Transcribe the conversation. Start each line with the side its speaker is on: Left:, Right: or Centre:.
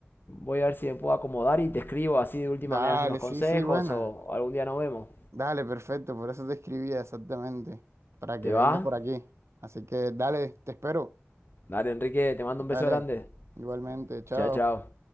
Left: voy a ver si me puedo acomodar y te escribo así de última
Right: Dale,
Left: me das unos consejos
Right: sí, sí, bueno.
Left: o algún día nos vemos.
Right: Dale, perfecto, por eso te escribía exactamente, para
Left: ¿Te
Right: que vengas
Left: va?
Right: por aquí. Así que dale, te espero.
Left: Dale, Enrique, te mando un beso
Right: Dale,
Left: grande.
Right: igualmente, chao.
Left: Chao, chao.